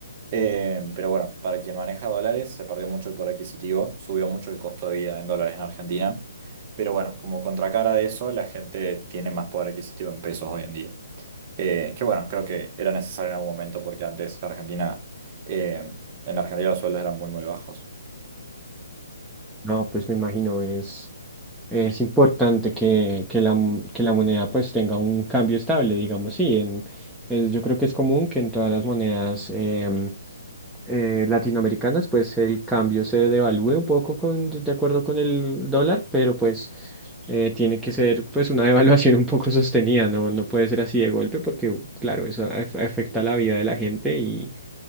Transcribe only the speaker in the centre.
No, pues me imagino, es, es importante que, que la, mo- que la moneda pues tenga un cambio estable, digamos, sí. En, es- yo creo que es común que en todas las monedas em, eh, latinoamericanas, pues el cambio se devalúe un poco con, de acuerdo con el dólar, pero pues eh, tiene que ser pues una <laughs> devaluación un poco sostenida, no, no puede ser así de golpe porque claro, eso af- afecta la vida de la gente y,